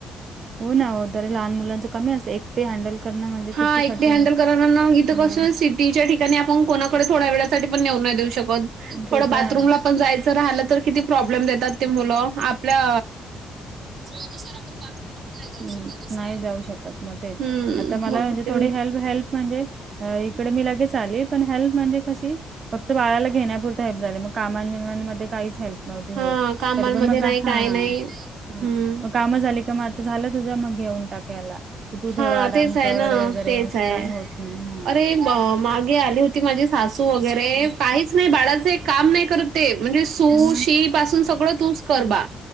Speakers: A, on the right; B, on the right.
A: हो ना वो तरी लहान मुलांच कमी असत एकटी हँडल करणं म्हणजे
B: हां,
A: किती कठीण
B: एकटी हँडल
A: आहे
B: कराला नं इथ
A: हम्म
B: कसं सिटीच्या ठिकाणी आपण कोणाकडे थोड्या वेळासाठी पण नवू नाय देऊ शकत
A: ते
B: थोडं बाथरूमला
A: तर आहेच
B: पण जायचं राहिलं तर किती प्रॉब्लेम देतात ती मुलं आपल्या
A: सोयीनुसार आपण बाथरूमला पण नाही जाऊ शकत, तेच नाही जाऊ शकत मं ते
B: हं,
A: आता मला
B: मग
A: म्हणजे
B: ते
A: थोडी हेल्प हेल्प म्हणजे इकडे मी लगेच आली पण हेल्प म्हणजे कशी फक्त बाळाला घेण्यापुरता हेल्प झाले मग कामनबिमानमध्ये काहीच हेल्प नव्हती होत.
B: हां,
A: <unintelligible>
B: कामांमध्ये
A: तरी पण मग
B: नाही,
A: हा हा
B: काही नाही. हं.
A: मग काम झाली का मग आ झालं तुझा मग घेऊन टाक याला की तू थोडा
B: हां,
A: आराम
B: तेच आहे
A: कर
B: ना.
A: वगैरे
B: तेच
A: असं
B: आहे
A: काय होत नाही हा
B: अरे मागे आली होती माझी सासू वगैरे
A: हम्म,
B: काहीच नाही बाळाचं काम नाही करत ते म्हणजे सू
A: हम्म,
B: शी पासून सगळं तूच कर बा